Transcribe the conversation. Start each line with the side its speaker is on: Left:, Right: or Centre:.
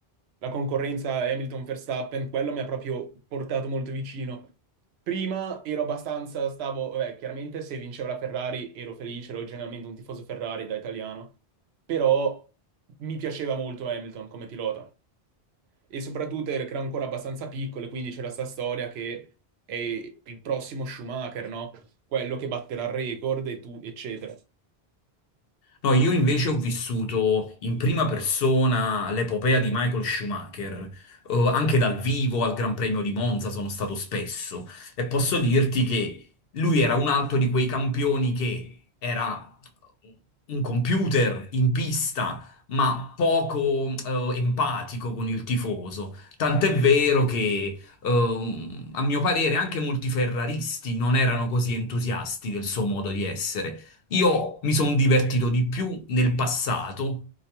Right: la concorrenza Hamilton-Verstappen, quello mi ha proprio portato molto vicino. Prima ero abbastanza, stavo, vabbè, chiaramente se vinceva la Ferrari ero felice, ero generalmente un tifoso Ferrari da italiano, però mi piaceva molto Hamilton come pilota. E soprattutto era era ancora abbastanza piccolo, e quindi c'era sta storia che è il prossimo Schumacher, no? Quello che batterà il record e tu, eccetera.
Left: No, io invece ho vissuto in prima persona l'epopea di Michael Schumacher, eh, anche dal vivo al Gran Premio di Monza sono stato spesso e posso dirti che lui era un altro di quei campioni che era un computer in pista, ma poco eh, empatico con il tifoso. Tant'è vero che, ehm, a mio parere, anche molti ferraristi non erano così entusiasti del suo modo di essere. Io mi sono divertito di più nel passato,